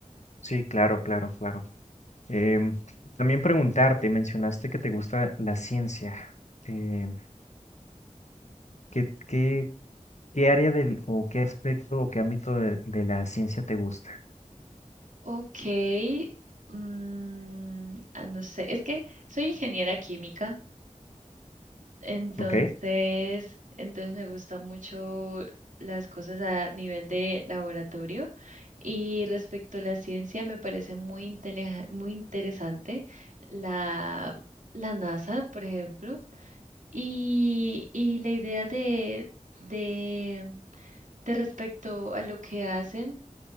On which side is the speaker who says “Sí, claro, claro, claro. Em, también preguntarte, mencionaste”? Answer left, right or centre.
Left